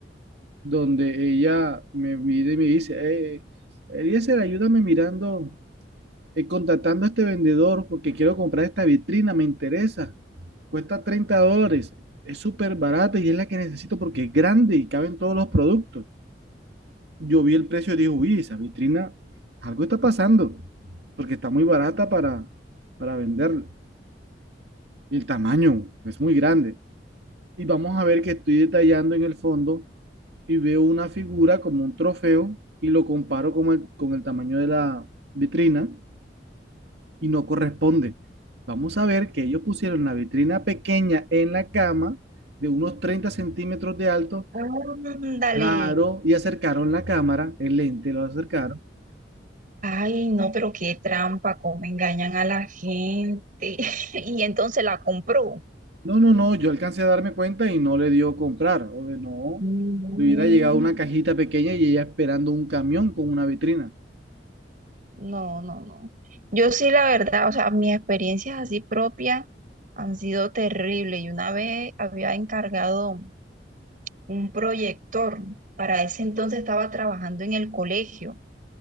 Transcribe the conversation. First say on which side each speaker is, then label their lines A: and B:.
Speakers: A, on the right; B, on the right.
A: donde ella me mira y me dice, eh, Eliezer, ayúdame mirando eh, contactando a este vendedor porque quiero comprar esta vitrina, me interesa. Cuesta 30 dólares, es súper barata y es la que necesito porque es grande y caben todos los productos. Yo vi el precio y dije, uy, esa vitrina, algo está pasando porque está muy barata para, para venderla. Y el tamaño es muy grande. Y vamos a ver que estoy detallando en el fondo y veo una figura como un trofeo y lo comparo con el, con el tamaño de la vitrina y no corresponde. Vamos a ver que ellos pusieron la vitrina pequeña en la cama de unos 30 centímetros de alto,
B: Ándale.
A: claro, y acercaron la cámara, el lente lo acercaron.
B: Ay, no, pero qué trampa, cómo engañan a la gente. <laughs> Y entonces la compró.
A: No, no, no, yo alcancé a darme cuenta y no le dio comprar, o de no,
B: Mm,
A: le hubiera llegado una cajita pequeña y ella esperando un camión con una vitrina.
B: No, no, no. Yo sí, la verdad, o sea, mis experiencias así propias han sido terribles. Y una vez había encargado un proyector. Para ese entonces estaba trabajando en el colegio.